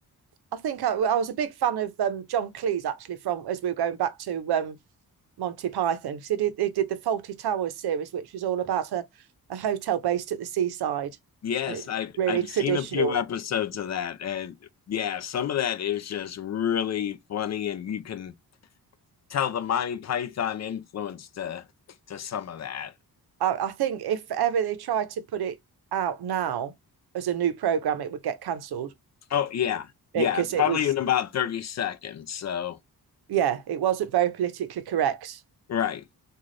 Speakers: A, on the right; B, on the left.
A: I think I, I was a big fan of um, John Cleese actually from as we were going back to um, Monty Python because he did he did the Faulty Towers series, which was all about a, a hotel based at the seaside,
B: Yes,
A: and it was
B: I've
A: really
B: I've
A: traditional.
B: seen a few episodes of that. And yeah, some of that is just really funny, and you can tell the Monty Python influence to to some of that.
A: I, I think if ever they tried to put it out now as a new program, it would get cancelled
B: Oh yeah, yeah,
A: because it
B: probably
A: was
B: in about 30 seconds. So
A: yeah, it wasn't very politically correct,
B: Right.